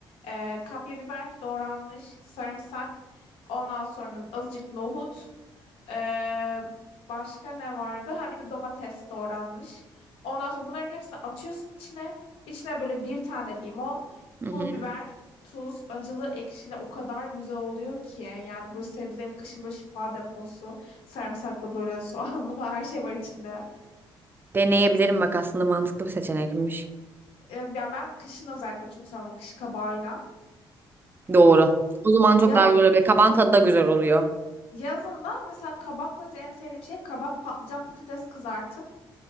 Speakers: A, on the left; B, on the right.
A: e, kapya biber doğranmış, sarımsak. Ondan sonra azıcık nohut. Ee, başka ne vardı? Ha bir de domates doğranmış. Ondan sonra bunların hepsini atıyorsun içine. İçine böyle bir tane limon,
B: Hı
A: pul
B: hı.
A: biber, tuz, acılı, ekşili o kadar güzel oluyor ki. Yani böyle sebze, kışın böyle şifa deposu, sarımsaklı böyle <laughs> soğanlı falan her şey var içinde.
B: Deneyebilirim bak aslında mantıklı bir seçenekmiş.
A: Ee, ya ben kışın özellikle çok seviyorum kış kabağıyla.
B: Doğru. O zaman çok
A: Yaz,
B: daha güzel olabilir. Kabağın tadı da güzel oluyor.
A: yazında mesela kabakla en sevdiğim şey kabak, patlıcan, patates kızartıp